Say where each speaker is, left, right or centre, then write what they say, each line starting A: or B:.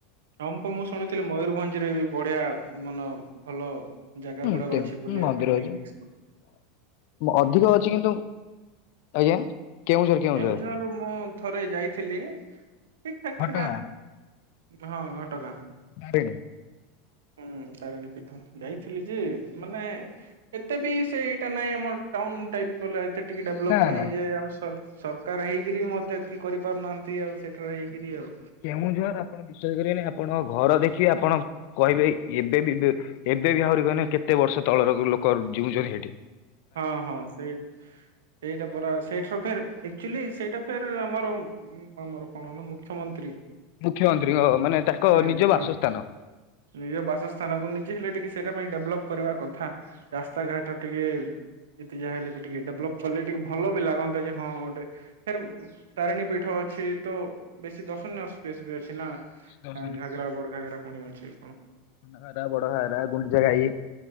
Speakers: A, on the right; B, on the left.
A: ଆଉ କଁ ମୁଁ ଶୁଣିଥିଲି ମୟୁରଭଞ୍ଜ ରେ ବି ବଢିଆ ମାନ ଭଲ ଜାଗା
B: ହୁଁ
A: ଗୁଡାକ
B: ତେମ
A: ଅଛି ବୁଲିବା
B: ମନ୍ଦିର
A: ପାଇଁ ପିକନିକ
B: ଅଛି
A: ସ୍ପ
B: ଅଧିକ ଅଛି କିନ୍ତୁ ଆଜ୍ଞା। କେଉଁଝର କେଉଁଝର
A: କେଉଁଝରରୁ ମୁଁ ଥରେ ଯାଇଥିଲି ଠିକ ଠାକ୍
B: ଘଟଗାଁ
A: ଥିଲା। ହଁ ଘଟଗାଁ।
B: ତାରିଣୀ।
A: ହୁଁ ତାରିଣୀ ପୀଠ ଯାଇଥିଲି ଯେ ମାନେ ଏତେ ବି ସେ ଏଇଟା ନାଇଁ ଆମ ଟାଉନ ଟାଇପ ବଲା ଏତେ ଟିକେ ଡେଭଲପ୍
B: ନା
A: ନାଇଁ
B: ନା
A: ଯେ ସର ସରକାର ହେଇକରି ବି ମଧ୍ୟ ଏତିକି କରିପାରୁନାହାନ୍ତି ଆଉ ସେଠାରେ ହେଇକରି ଆଉ।
B: କେଉଁଝର ଆପଣ ବିଶ୍ବାସ କରିବେନି ଆପଣଙ୍କ ଘର ଦେଖିବେ ଆପଣ କହିବେ ଏଇ ଏବେ ବି ଏବେ ବି ଆହୁରି କହିଲେ କେତେ ବର୍ଷ ତଳର ଲୋକ ଜିଉଛନ୍ତି ହେଠ
A: ହଁ ହଁ ସେଇଟ। ସେଇଟା ପରା ସେଇଠ ସ ପର ସେଠି ଦେଖିଲି ସେଇଟା ଫେର ଆମର- ଆମର କଣ ହେଲା ମୁଖ୍ୟମନ୍ତ୍ରୀ?
B: ମୁଖ୍ୟମନ୍ତ୍ରୀଙ୍କ ମାନେ ତାଙ୍କ
A: ସେ
B: ନିଜ
A: ହଁ
B: ବାସସ୍ଥାନ।
A: ନିଜ ବାସସ୍ଥାନ ବୋଲିକୀ ହେଲେ ଟିକେ ସେଇଟା ପାଇଁ ଡେଭଲପ କରିବା କଥା ରାସ୍ତାଘାଟ। ଟିକେ ଯେତେ ଯାହା ହେଲେ ବି ଟିକେ ଡେଭଲପ କଲେ ଟିକେ ଭଲ ବି ଲାଗନ୍ତା ଯେ ହଁ ଗୋଟେ ଫେରେ ତାରିଣୀ ପୀଠ ଅଛି ତ ବେଶୀ ଦର୍ଶନୀୟ ସ୍ପେସ୍ ବି ଅଛି ନା!
B: ଦର୍ଶନୀ ହୁଁ
A: ସାନ ଘାଗରା ବଡ ଘାଗରା ପୁଣି ଅଛି କଣ!
B: ସାନ ଘାଗେରା ବଡ ଘାଗେରା ଗୁଣ୍ଡିଚା ଘାଇ।